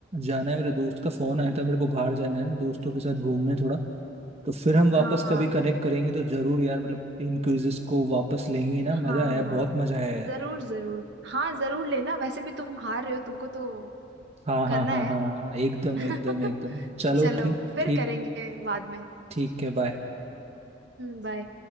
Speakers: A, on the right; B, on the right.
A: जाना है मेरे दोस्त का फोन आया था मेरे को बाहर जाना है ना दोस्तों के साथ घूमने थोड़ा तो फिर हम वापस
B: हाँ
A: कभी कनेक्ट करेंगे तो जरूर यार मतलब इन क्विजेस को वापस लेंगे ना मजा
B: हाँ
A: आया बहुत
B: हाँ
A: मजा आया यार
B: जरूर जरूर हाँ जरूर लेना वैसे भी तुम हार रहे हो तुमको तो
A: हाँ हाँ
B: करना
A: हाँ
B: है
A: हाँ हाँ, हाँ, एकदम
B: <laughs>
A: एकदम एकदम चलो
B: चलो
A: ठीक
B: फिर
A: ठीक
B: करेंगे बाद में
A: ठीक है बाय
B: बाय